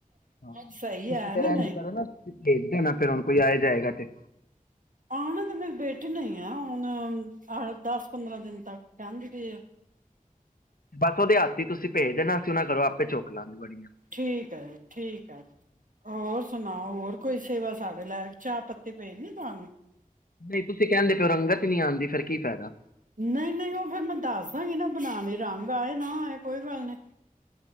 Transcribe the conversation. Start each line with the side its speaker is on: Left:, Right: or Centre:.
Left: ਹਾਂ
Right: ਸਹੀ
Left: ਤੁਸੀਂ
Right: ਹੈ
Left: ਫੇਰ
Right: ਨਾ
Left: ਇਝ
Right: ਨਹੀਂ
Left: ਕਰੋ ਨਾ ਭੇਜ ਦੇਣਾ ਹੁਣ ਕੋਈ ਆਏ ਤੇ ਹੈਗਾ ਤੇ।
Right: ਆਹ ਨਾ ਤੇ ਮੇਰੀ ਬੇਟੀੇ ਨਹੀਂ ਆ ਹੁਣ ਦਸ ਪੰਦਰਾਂ ਦਿਨ ਤੱਕ ਕਹਿੰਦੀ ਪਈ ਆ
Left: ਬਸ ਉਹਦੇ ਹੱਥ ਤੁਸੀਂ ਭੇਜ ਦੇਣਾ ਸੀ ਉਹਨਾ ਘਰੋ ਆਪੇ ਚੁਕ ਲਾਂਗੇ ਵੜੀਆਂ
Right: ਠੀਕ ਹੈ, ਠੀਕ ਹੈ, ਹੋਰ ਸੁਣਾ ਹੋਰ ਕੋਈ ਸੇਵਾ ਸਾਡੇ ਲੈ, ਚਾਹ ਪੱਤੀ ਪੇਜਣੀ ਤੁਹਾਨੂੰ
Left: ਨਹੀਂ, ਤੁਸੀਂ ਕਹਿੰਦੇ ਪਿਓ ਰੰਗਤ ਹੀ ਨਹੀਂ ਆਉਂਦੀ, ਫਿਰ ਕੀ ਫਾਇਦਾ
Right: ਨਹੀਂ, ਨਹੀਂ ਉਹ ਫੇਿਰ ਮੈਂ ਦੱਸ ਦਾਂਗੀ ਨਾ ਬਣਾਣੇ ਰੰਗ ਆਏ ਨਾ, ਆਏ ਕੋਈ ਗੱਲ ਨਹੀਂੀ